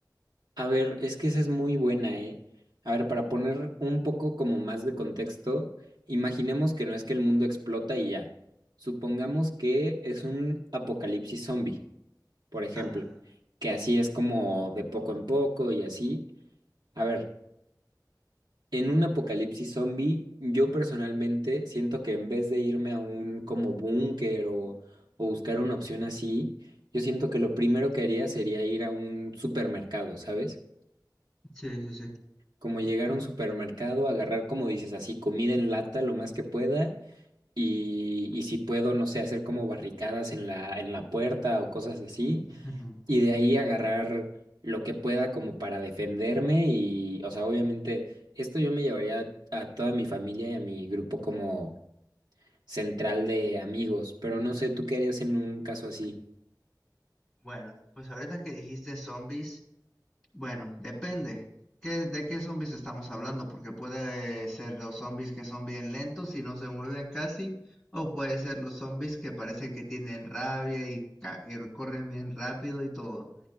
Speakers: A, on the right; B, in the centre.
A: A ver, es que esa es muy buena, ¿eh? A ver, para poner un poco como más de contexto, imaginemos que no es que el mundo explota y ya. Supongamos que es un apocalipsis zombie, por ejemplo,
B: Ajá.
A: que así es como de poco en poco y así. A ver, en un apocalipsis zombie, yo personalmente siento que en vez de irme a un como búnker o, o buscar una opción así, yo siento que lo primero que haría sería ir a un supermercado, ¿sabes?
B: Sí, sí, sí.
A: como llegar a un supermercado, agarrar, como dices, así comida en lata lo más que pueda y, y si puedo, no sé, hacer como barricadas en la, en la puerta o cosas así
B: Ujú.
A: y de ahí agarrar lo que pueda como para defenderme y, o sea, obviamente esto yo me llevaría a toda mi familia y a mi grupo como central de amigos, pero no sé, ¿tú qué harías en un caso así?
B: Bueno, pues ahorita que dijiste zombies, bueno, depende. ¿Qué, de qué zombies estamos hablando? Porque puede ser los zombies que son bien lentos y no se mueven casi, o puede ser los zombies que parece que tienen rabia y, ca- y corren bien rápido y todo.